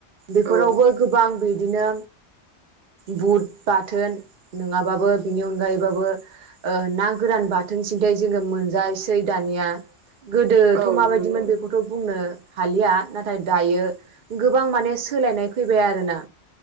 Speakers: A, on the right; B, on the right.
A: बेफोरावबो
B: औ
A: गोबां बिदिनो बुद बाथोन नङाबाबो बिनि अनगायैबाबो ओ ना गोरान बाथोन सिन्थाय जोङो मोनजायोसै दानिया गोदोथ'
B: औ
A: माबायदिमोन
B: नंगौ
A: बेखौ थ' बुंनो हालिया नाथाय दायो गोबां माने सोलायनाय फैबाय आरोना